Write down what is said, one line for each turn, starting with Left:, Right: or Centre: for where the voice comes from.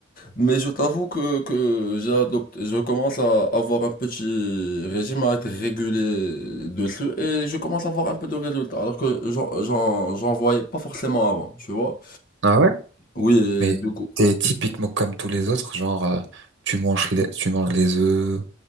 Left: Mais je t'avoue que, que j'ai adopté, je commence à avoir un petit régime à être régulier dessus et je commence à avoir un peu de résultats, alors que j'en, j'en, j'en voyais pas forcément avant, tu vois.
Right: Ah ouais.
Left: Oui, et
Right: Mais
Left: du coup.
Right: t'es typiquement comme tous les autres, genre euh, tu manges les tu manges les œufs